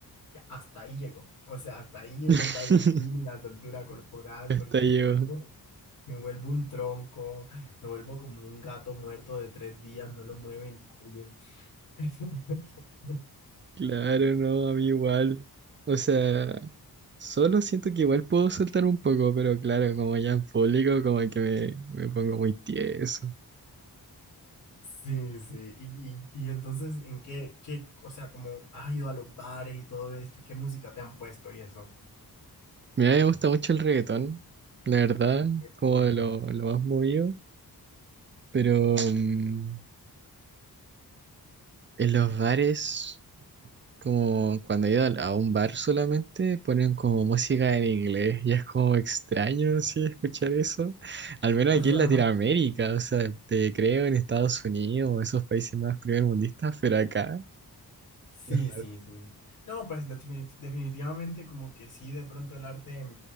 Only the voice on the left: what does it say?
ya hasta ahí llegó. O sea, hasta ahí llegó
el bailarín y la soltura corporal
porque
me vuelvo, me vuelvo un tronco, me vuelvo como un gato muerto de tres días, no lo mueve nadie. <laughs>
Sí, sí. Y, y, y entonces, ¿en qué, qué, o sea, como has ido a los bares y todo esto y qué música te han puesto y eso?
Reggaetón.
<laughs>
Sí,
sí, sí. No, pues definit- definitivamente como que sí, de pronto el arte,